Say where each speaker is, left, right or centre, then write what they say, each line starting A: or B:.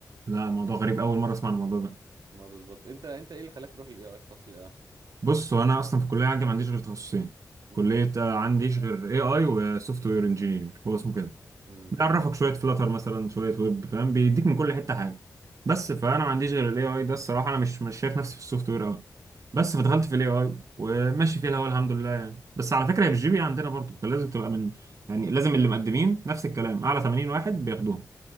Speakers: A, on the right; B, on the right.
A: لا موضوع غريب اول مره اسمع عن الموضوع ده
B: ما بالظبط انت انت ايه اللي خلاك تروح للاي اي تخصص الاي اي
A: بص هو انا اصلا في الكليه عندي ما عنديش غير تخصصين
B: امم
A: كليه آه، عنديش غير اي اي وسوفت وير انجينيرنج هو اسمه كده
B: امم
A: بيعرفك شويه فلاتر مثلا شويه ويب فاهم بيديك من كل حته حاجه بس فانا ما عنديش غير الاي اي ده الصراحه انا مش مش شايف نفسي في السوفت وير قوي بس فدخلت في الاي اي وماشي فيها هو الحمد لله يعني بس على فكره هي بالجي بي عندنا برضه كان لازم تبقى من يعني لازم اللي مقدمين نفس الكلام اعلى 80 واحد بياخدوهم